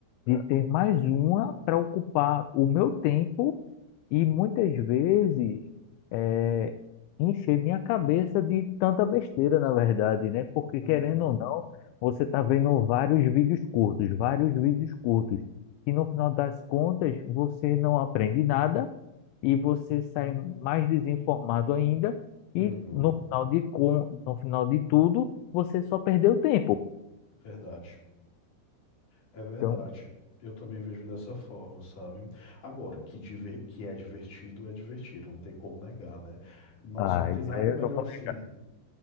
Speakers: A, on the left (about 85°); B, on the left (about 45°).
A: de ter mais uma para ocupar o meu tempo e muitas vezes eh, encher minha cabeça de tanta besteira, na verdade, né? Porque
B: uhum,
A: querendo ou não, você está vendo vários vídeos curtos, vários vídeos curtos, e no final das contas você não aprende nada e você sai mais desinformado ainda,
B: uhum.
A: e no final de, con- no final de tudo, você só perdeu tempo.
B: Verdade. É verdade.
A: Então,
B: Eu também vejo dessa forma, sabe? Agora, que, diver- que é divertido, é divertido, não tem como negar, né? Nossa,
A: Ah,
B: não tem
A: isso
B: nada
A: aí
B: melhor
A: eu não falei.
B: assim